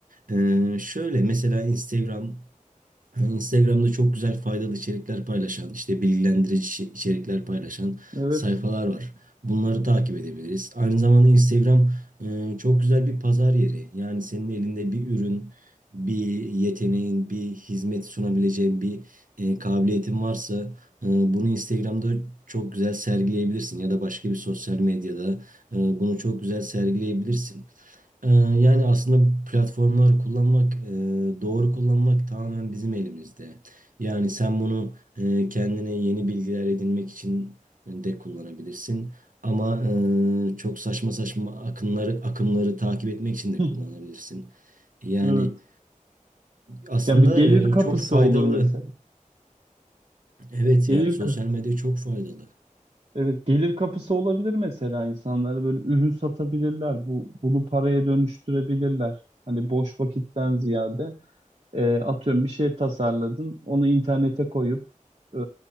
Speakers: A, on the right; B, on the right.
A: e, şöyle mesela Instagram yani Instagram'da çok güzel faydalı içerikler paylaşan, işte bilgilendirici içerikler paylaşan
B: Evet.
A: sayfalar var. Bunları takip edebiliriz. Aynı zamanda Instagram e, çok güzel bir pazar yeri. Yani senin elinde bir ürün, bir yeteneğin, bir hizmet sunabileceğin bir e, kabiliyetin varsa e, bunu Instagram'da çok güzel sergileyebilirsin ya da başka bir sosyal medyada e, bunu çok güzel sergileyebilirsin. Ee, Yani aslında bu platformları kullanmak, e, doğru kullanmak tamamen bizim elimizde. Yani sen bunu e, kendine yeni bilgiler edinmek için de kullanabilirsin. Ama e, çok saçma saçma akımları akımları takip etmek için de
B: <laughs> Hı,
A: kullanabilirsin. Yani
B: Evet.
A: aslında
B: Ya bir gelir
A: e,
B: kapısı
A: çok faydalı.
B: olur mesela.
A: Evet
B: Gelir
A: yani sosyal
B: ka-
A: medya çok faydalı.
B: Evet, gelir kapısı olabilir mesela insanlara böyle ürün satabilirler. Bu bunu paraya dönüştürebilirler. Hani boş vakitten ziyade. E, atıyorum bir şey tasarladın, onu internete koyup e,